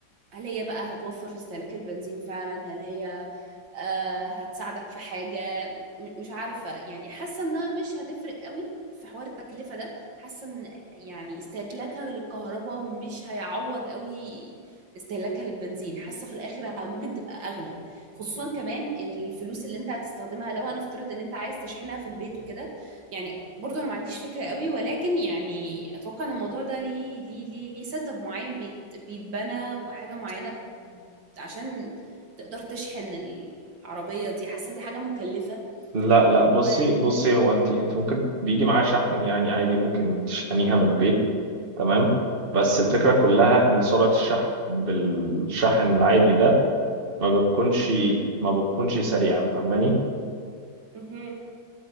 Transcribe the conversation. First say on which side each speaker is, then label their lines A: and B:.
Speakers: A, on the right; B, on the right.
A: هل هي بقى هتوفر في استهلاك البنزين فعلا هل هي آه، هتساعدك في حاجة م- مش عارفة يعني حاسة انها مش هتفرق قوي في حوار التكلفة ده حاسة ان يعني استهلاكها للكهرباء مش هيعوض قوي استهلاكها للبنزين حاسة في الاخر ممكن تبقى اغلى خصوصا كمان الفلوس اللي انت هتستخدمها لو هنفترض ان انت عايز تشحنها في البيت وكده يعني برضه انا ما عنديش فكرة قوي ولكن يعني اتوقع ان الموضوع ده ليه ليه ليه ليه سيت اب معين بيت بيتبنى وحاجة معينة عشان تقدر تشحن العربية دي حاسة إن دي حاجة مكلفة
B: لا لا
A: و
B: بصي بصي هو انت انت ممكن بيجي معاه شحن يعني عادي ممكن تشحنيها من البيت تمام بس الفكرة كلها ان سرعة الشحن بالشحن العادي ده ما بتكونش ما بتكونش سريعة فاهماني
A: مهم.